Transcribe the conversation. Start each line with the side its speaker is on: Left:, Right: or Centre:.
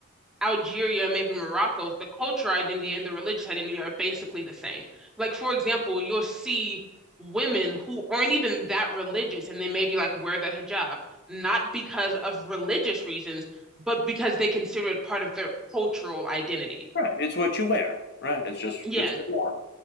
Centre: Algeria, maybe Morocco. the cultural identity and the religious identity are basically the same. Like, for example, you'll see women who aren't even that religious and they maybe like wear the hijab, not because of religious reasons, but because they consider it part of their cultural identity.
Left: right. It's what you wear. Right. It's just
Centre: Yes,
Left: it's the norm.